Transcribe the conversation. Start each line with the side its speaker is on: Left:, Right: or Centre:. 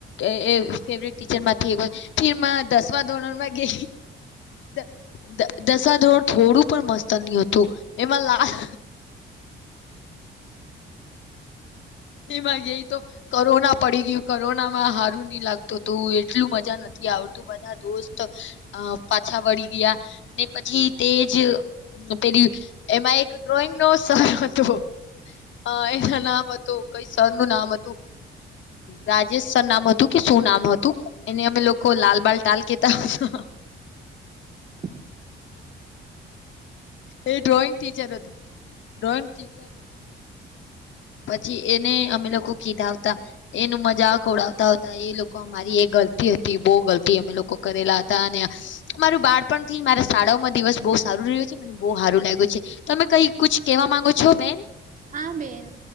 Left: અ એ ફેવરેટ ટીચર માંથી એકચ ફિર મા દસમા ધોરણ મા કે દ દ દશાધોરણ થોડું પણ મસ્ત ન હતું એમાં લા <inaudible> એમાં ગય તો કરોના પડી ગયું કરોના માં હારું નઈ લાગતું તો એટલું મજા નથી. યા આવતું બધા દોસ્ત અ પાછા વળી ગયા ને પછી તેજ પેલી એમાં એક ડ્રોઈંગ નો સર હતો હ એના નામ હત કઈ સરનું નામ હતું. રાજેશ સર નામ હતું કે શું નામ હતું એને અમે લોકો લાલબાલ ટાલ કેતા. હા <inaudible>
Right: હ <inaudible>
Left: એ ડ્રોઈંગ ટીચર હતું ડ્રોઈંગ ટીચર અ પછી એને અમે લોકો કીધતા એનું મજાક ઉડાવતા હતા એ એ લોકો અ મારી એ ગલતી હતી બહુ ગલતી અમે લોકો કરેલા હતા અને અમારું બાળપણ થી મારે સા શાળાઓ માં દિવસ બહુ સારું રહ્યો છે મને બહુ હારું લાગ્યું છે. તમે કઈ કુછ કેવા માંગો છો બેન?
Right: હા બેન